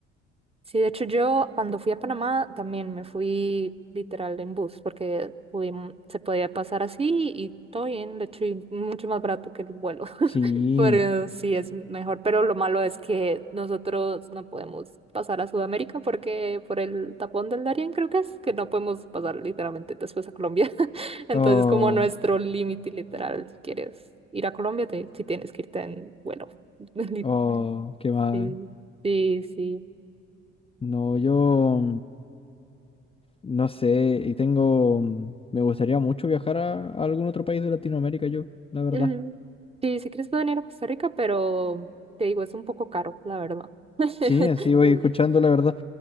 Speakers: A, on the right (about 15°); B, on the left (about 15°).
A: Sí, de hecho yo cuando fui a Panamá también me fui literal en bus porque pudimos- se podía pasar así y todo bien, de hecho y mucho más barato que el vuelo. <laughs>
B: Sí.
A: Pero sí es mejor, pero lo malo es que nosotros no podemos pasar a Sudamérica porque por el tapón del Darién creo que es que no podemos pasar literalmente después a Colombia. <laughs> Entonces
B: Oh,
A: es como nuestro límite literal. Si quieres ir a Colombia, te- si tienes que irte en vuelo. <laughs> Li-
B: oh, qué mal.
A: Sí, sí, sí.
B: No, yo. No sé, y tengo, mm, me gustaría mucho viajar a, a algún otro país de Latinoamérica yo, la verdad.
A: Mm, Sí, si quieres puedo venir a Costa Rica, pero te digo, es un poco caro, la verdad. <laughs>
B: Sí, así voy escuchando la verdad.